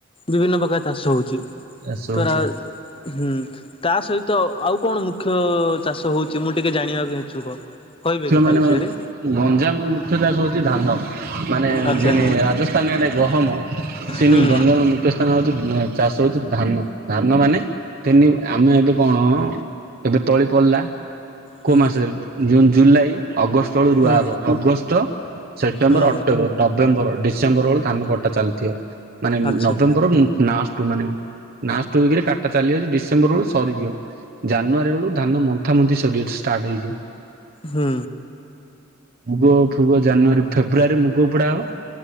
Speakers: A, on the left (about 25°); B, on the right (about 45°).
A: ବିଭିନ୍ନ ପ୍ରକାର ଚାଷ ହଉଛି
B: ଚାଷ ହଉଛି
A: ତରା ହୁଁ ତା ସହିତ ଆଉ କଣ ମୁଖ୍ୟ ଚାଷ ହଉଛି ମୁଁ ଟିକେ ଜାଣିବାକୁ ଇଛୁକ? କହିବେକି
B: ଝିଅମାନେ
A: ତା ବିଷୟରେ?
B: ଗଞ୍ଜାମର ମୁଖ୍ୟ ଚାଷ ହଉଛି ଧାନ ମାନେ
A: ଆଚ୍ଛା
B: ଯେନେ ରାଜସ୍ଥାନେ ଆଡେ ଗହମ ସମେତି
A: ହୁଁ
B: <unintelligible> ସ୍ଥାନ ହଉଛି ଚାଷ ହଉଛି ଧାନ ଧାନ ମାନେ ତିନି ଆମେ ଏବେ କଣ ଏବେ ତଳି ପଡ଼ିଲା। କୋଉ
A: ହୁଁ
B: ମାସରେ ଜୁନ ଜୁଲାଇ ଅଗଷ୍ଟ ବେଳୁ ରୁଆ
A: ହୁଁ
B: ହବ ଅଗଷ୍ଟ ସେପ୍ଟେମ୍ବର
A: ହୁଁ
B: ଅକ୍ଟୋବର ନଭେମ୍ବର ଡିସେମ୍ବର ବେଳକୁ ଧାନ କଟା ଚାଲିଥିବ ମାନେ
A: ଆଚ୍ଛା
B: ନଭେମ୍ବର ଉଁ ନାଷ୍ଟକୁ ମାନେ ନାଷ୍ଟ ଉଇକରେ କାଟା ଚାଲିବ ଯେ ଡିସେମ୍ବର ବେଳୁ ସରିଯିବ। ଜାନୁଆରୀ ବେଳୁ ଧାନ ମନ୍ଥା ମନ୍ତି ସରିିବ ଷ୍ଟାର୍ଟ ହେଇଯିବ।
A: ହୁଁ।
B: ମୁଗ ଫୁଗ ଜାନୁଆରୀ ଫେବୃୟାରୀ ମୁଗ ଓପୋଡା ହବ।